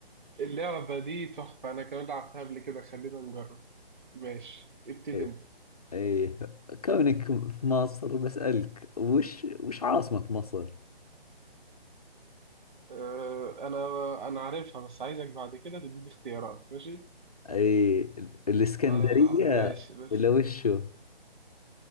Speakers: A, on the right (about 55°); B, on the left (about 40°).
A: اللعبة دي تحفة انا كمان لعبتها قبل كده خلينا نجرب ماشي ابتدي
B: اي
A: انت
B: اي كونك في مصر بسألك وش وش عاصمة مصر؟
A: آه، انا انا عارفها بس عايزك بعد كده تديني اختيارات ماشي
B: اي الاسكندرية
A: آه ماشي بس
B: ولا وشو؟